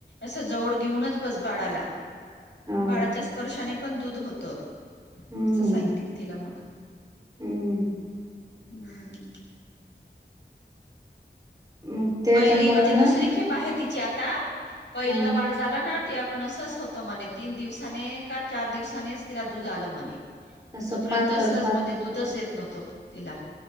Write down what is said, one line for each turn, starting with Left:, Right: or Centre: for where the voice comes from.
Left: अस जवळ घेऊनच बस बाडाला
Right: हो
Left: बाळाच्या स्पर्शाने पण दूध होतं.
Right: हम्म
Left: असचं सांगितली तेला मग
Right: हम्म
Left: हम्म.
Right: मग त्याच्यामुळं
Left: पहिली म्हणजे
Right: ना
Left: दुसरी खेप आहे तिची आता पहिलं
Right: हा
Left: बाळ झालं ना. ते आपण असच होत म्हणे तीन दिवसाने का चार दिवसानेच तिला दूध आलं म्हणे.
Right: असं
Left: तोपर्यंत
Right: पातळ
Left: असचं
Right: पात
Left: म्हणजे दुधच येत नव्हतो तिला